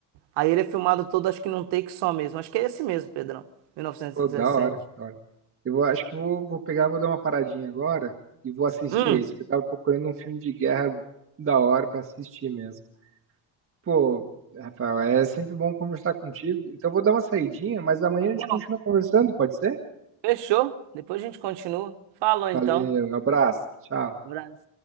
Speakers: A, on the right (about 70°); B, on the right (about 30°).
A: Aí ele é filmado todo, acho que num take só mesmo. Acho que é esse mesmo, Pedrão, 1917.
B: Pô, da hora, da hora. Eu vou- acho que vou, vou pegar, vou dar uma paradinha agora e vou assistir
A: Hum,
B: esse, porque eu tava procurando um filme de guerra da hora pra assistir mesmo. Pô, Rafael, é sempre bom conversar contigo. Então eu vou dar uma saidinha, mas amanhã
A: igual.
B: a gente continua conversando, pode ser?
A: Fechou? Depois a gente continua. Falou então.
B: Valeu, abraço, tchau.
A: Abraço.